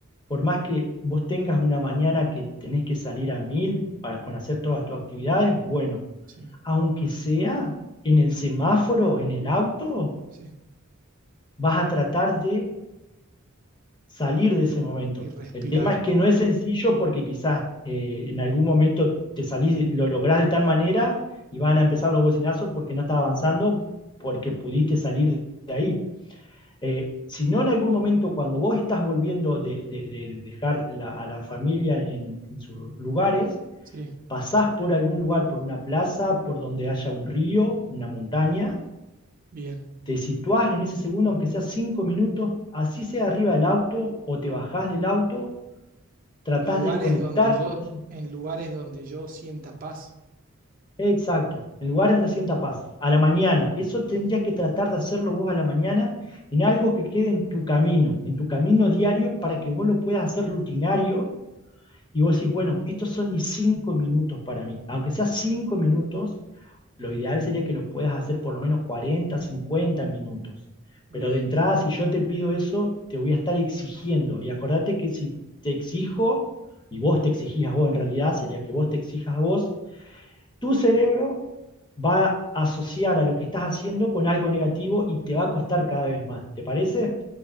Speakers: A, on the left; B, on the right.
A: por más que vos tengas una mañana que tenés que salir a mil para con hacer todas tus actividades, bueno,
B: sí,
A: aunque sea en el semáforo, en el auto,
B: sí.
A: vas a tratar de salir de ese momento.
B: Y respirar.
A: El tema es que no es sencillo porque quizás eh, en algún momento te salís, lo lográs de tal manera y van a empezar los bocinazos porque no estás avanzando, porque pudiste salir de ahí. Eh, si no en algún momento cuando vos estás volviendo de, de- de dejar la- a la familia en, en sus lugares,
B: Sí,
A: pasás por algún lugar, por una plaza, por donde haya un río, una montaña,
B: bien.
A: te situás en ese segundo, aunque sea cinco minutos, así sea arriba del auto o te bajás del auto, tratás
B: En lugares
A: de conectar
B: donde yo,
A: con eso.
B: en lugares donde yo sienta paz.
A: Exacto, el lugar donde sienta paz, a la mañana. Eso tendrías que tratar de hacerlo vos a la mañana en algo que quede en tu camino, en tu camino diario para que vos lo puedas hacer rutinario y vos decís, bueno, estos son mis cinco minutos para mí. Aunque sea cinco minutos, lo ideal sería que lo puedas hacer por lo menos 40, 50 minutos.
B: Bien,
A: Pero de entrada, si yo te pido eso, te voy a estar exigiendo. Y acordate que si te exijo, y vos te exigís a vos, en realidad sería que vos te exijas a vos, tu cerebro va a asociar a lo que estás haciendo con algo negativo y te va a costar cada vez más. ¿Te parece?